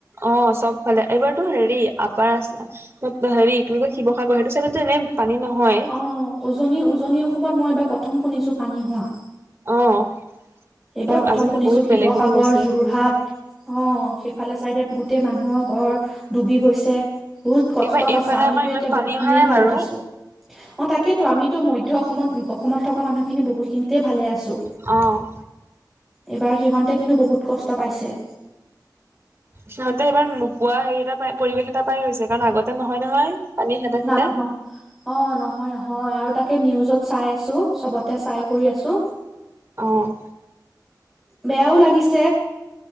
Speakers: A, on the right; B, in the centre.
A: অ'। চব ফালে। এইবাৰতো হেৰি আপাৰ আ, হেৰি কি বুলি কয় শিৱসাগৰ সেইটো চাইডতো এনে পানী নহয়
B: অ' উজনি, উজনি অসমত মই এবাৰ প্ৰথম শুনিছোঁ পানী হোৱা।
A: অ'।
B: এইবাৰ
A: এ
B: প্ৰথম
A: আজিকালি
B: শুনিছোঁ
A: বহুত
B: শিৱসাগৰ,
A: বেলেগ হ'ব লৈছে
B: যোৰহাট, অ'। ইফালে চাইডে গোটেই মানুহৰ ঘৰ ডুবি গৈছে। বহুত কষ্টত
A: এইবাৰ এইফালে
B: আছা, আমিতো
A: আমাৰ ইমান
B: এতিয়া
A: পানী
B: বহুতখিনিয়ে
A: অহা নাই
B: ভালত
A: বাৰু
B: আছোঁ। অ' তাকেতো, আমিতো মধ্য অসমত, অসমত থকা মানুহখিনি বহুখিনিতে ভালে আছোঁ।
A: অ'।
B: এইবাৰ সিহঁতে কিন্তু বহুত কষ্ট পাইছে।
A: সিহঁতে এইবাৰ নোপোৱা হেৰি এটা পাই, পৰিৱেশ এটা পাই গৈছে কাৰণ আগতে নহয় নহয়। পানী সিহঁতৰ
B: না,
A: ফালে।
B: ন' অ' নহয় নহয়, আৰু তাকে নিউজত চাই আছোঁ, চবতে চাই কৰি আছোঁ।
A: অ'।
B: বেয়াও লাগিছে।